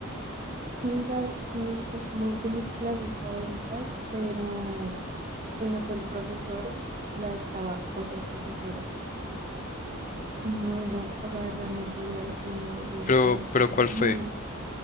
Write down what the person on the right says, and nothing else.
Sí, la verdad, sí me gustas como de mis clases favoritas, pero hoy no fue el profesor, la dictaba otra profesora. Y no, no, o sea, la verdad no podía el sueño, yo cabeceaba.
No.